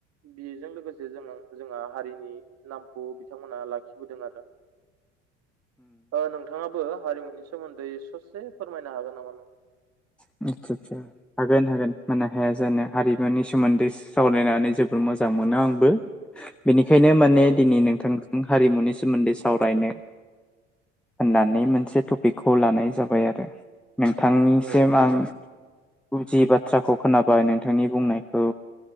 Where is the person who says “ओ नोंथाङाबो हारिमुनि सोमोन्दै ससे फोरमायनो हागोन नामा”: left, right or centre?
Right